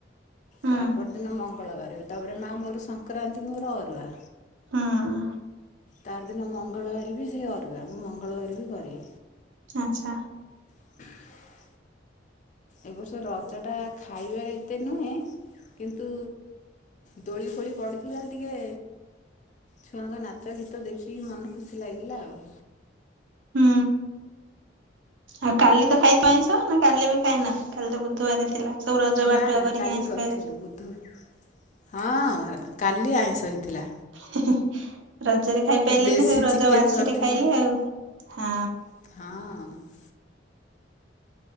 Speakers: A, on the right; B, on the left.
A: ହୁଁ
B: ତା ପର ଦିନ ମଙ୍ଗଳବାରେ ତା ପରେ ମା ମୋର ସଂକ୍ରାନ୍ତି କୁ ମୋର ଅରୁଆ।
A: ହଁ।
B: ତାର ଦିନ ମଙ୍ଗଳବାରେ ବି ସେଇ ଅରୁଆ ମୁଁ ମଙ୍ଗଳବାରେ ବି କରେ।
A: ଆଛା
B: <inaudible> ଏ ବର୍ଷ ରଜ ଟା ଖାଇବାରେ ଏତେ ନୁହେଁ। କିନ୍ତୁ ଦୋଳି ଫୋଳି ପଡ଼ିଥିଲା ଟିକେ ଛୁଆଙ୍କ ନାଚ ଗୀତ ଦେଖିକି ମନ ଖୁସି ଲାଗିଲା ଆଉ
A: ହୁଁ। ଆଉ କାଲି ତ ଖାଇଥିବ ଆଇଁସ ନା କାଲି ବି ଖାଇନ କାଲି ତ ବୁଧବାର ଥିଲା। ସବୁ ରଜ
B: ନା
A: ବାଟୁଆ
B: ନା
A: କରିକି
B: କାଲି
A: ଆଇଁଷ
B: କରିଥିଲୁ
A: ଖାଇ
B: ବୁଧୁ ହଁ। କାଲି ଆଇଁଷ ହୋଇଥିଲା।
A: ହି ହି ରଜରେ ଖାଇପାଇଲେନି
B: ଦେଶୀ
A: ରଜ
B: ଚିକେନ୍
A: ବାସିରେ
B: କରିଥିଲୁ
A: ଖାଇଲେ ଆଉ ହଁ।
B: ହଁ।